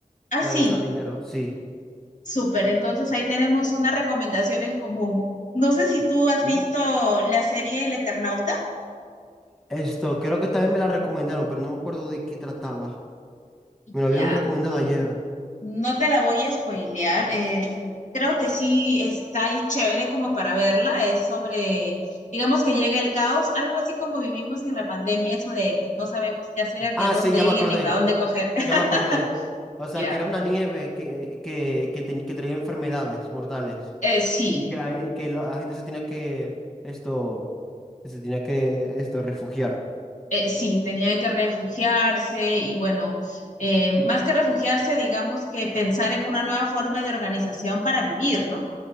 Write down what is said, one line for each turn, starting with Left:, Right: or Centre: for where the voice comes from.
Left: Ah,
Centre: la
Left: sí,
Centre: del jardinero, sí.
Left: súper. Entonces ahí tenemos una recomendación en común. No sé si tú has
Centre: ¿Mm?
Left: visto la serie El Eternauta.
Centre: Esto, creo que también me la recomendaron, pero no me acuerdo de qué trataba. Me
Left: Ya.
Centre: lo habían recomendado ayer.
Left: No te la voy a spoilear. eh, creo que sí está es chévere como para verla. Es sobre, digamos que llega el caos, algo así como vivimos en la pandemia, eso de que no sabemos qué hacer, ni
Centre: Ah,
Left: a dónde
Centre: sí, ya
Left: ir,
Centre: me acordé,
Left: ni para dónde coger. <laughs>
Centre: ya me acordé. O sea,
Left: Ya,
Centre: que era una nieve que, que, que, ten- que traía enfermedades mortales.
Left: eh, sí,
Centre: Y que la, y que la la gente se tenía que, esto, se tenía que, esto, refugiar.
Left: eh, sí, tenían que refugiarse y bueno, eh, más que refugiarse, digamos que pensar en una nueva forma de organización para vivir, ¿no?